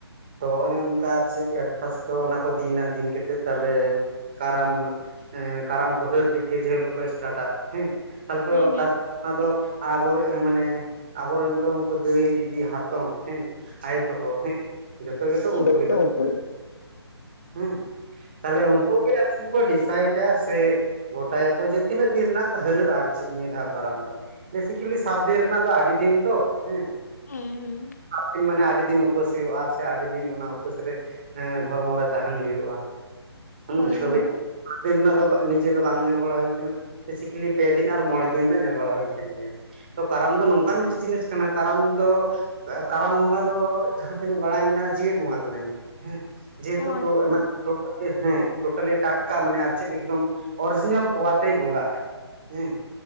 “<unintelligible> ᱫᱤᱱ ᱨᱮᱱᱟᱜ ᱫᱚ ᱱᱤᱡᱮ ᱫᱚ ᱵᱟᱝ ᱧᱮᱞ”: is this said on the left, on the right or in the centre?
Right